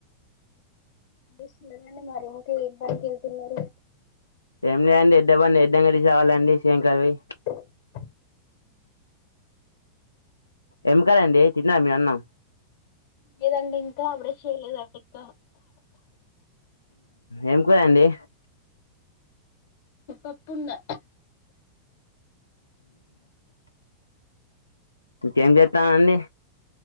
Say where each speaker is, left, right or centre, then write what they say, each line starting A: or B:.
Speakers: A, on the left; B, on the left.
A: స్తున్నారంండి మరి ఇంకా ఏం పక వెళ్తున్నారు
B: ఏమి లే అండి ఇద్ద బండి ఎద్ద క తీసేవాలండి శ్రంకర్వి
A: ఆ
B: ఏం కదండి తిన్న మే అన్నాం
A: మీదండి ఎ అడ చేరదక్క
B: ఏం కురండి
A: ఆ పున్న
B: ఇంకేం చేస్తా అండి